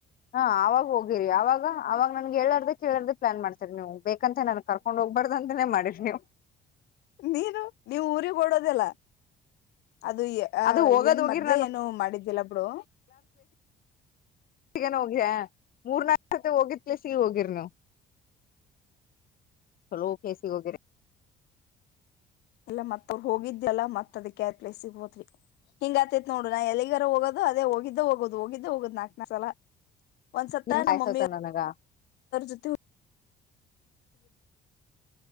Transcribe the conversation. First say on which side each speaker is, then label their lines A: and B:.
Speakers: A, on the left (about 60°); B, on the left (about 80°).
A: ಹಾ ಆವಾಗ ಹೋಗಿರಿ ಯಾವಾಗ ಅವಾಗ ನನ್ಗೆ ಹೇಳಾರ್ದ ಕೇಳಾರ್ದ ಪ್ಲಾನ್ಮಾಡ್ತೀರಿ ನೀವು ಬೇಕಂತ ನನ್ಗ್ ಕರ್ಕೊಂಡ್ ಹೋಗ್ಬಾರ್ದು ಅಂತಾನೇ ಮಾಡಿರಿ ನೀವು
B: ನೀನು ನೀವು ಊರಿಗೆ ಓಡೋದೆಲ್ಲ ಅದು ಅ
A: ಅದು ಹೋಗೋದ್
B: ಏನ್
A: ಹೋಗಿರಿ
B: ಮೊದ್ಲೆೇ ಏನು ಮಾಡಿದ್ದಿಲ್ಲ ಬಿಡು
A: ಗ ಹೋಗ್ಯವ ಮೂರ್ನಾಲ್ಕ ಹೋಗಿದ್ ಪ್ಲೇಸಿಗೆ ಹೋಗಿರಿ ನೀವು ಚೋಲಾ ಪ್ಲೇಸಿಗೆ ಹೋಗಿರಿ
B: ಇಲ್ಲ ಮತ್ತ ಅವ್ರು ಹೋಗಿದಲ್ಲ ಮತ್ದಕ್ಕೆ ಪ್ಲೇಸಿಗೆ ಹೋದ್ವಿ ಹಿಂಗ ಆತೈತ್ ನೋಡು ನಾ ಎಲ್ಲಿಗಾರ ಹೋಗೋದು ಅದೇ ಹೋಗಿದ್ದ ಹೋಗೋದು ಹೋಗಿದ್ದೆ ಹೋಗುದು ನಾಕ ನಾಕ ಸಲ ಒಂದ್ ಸತ್ತ
A: ನಿಮ್ ಕಾಯ್ಸಸ
B: ನಮ್ಮ ಮಮ್ಮಿರ
A: ನನಗ
B: ಜೊತೆ <inaudible>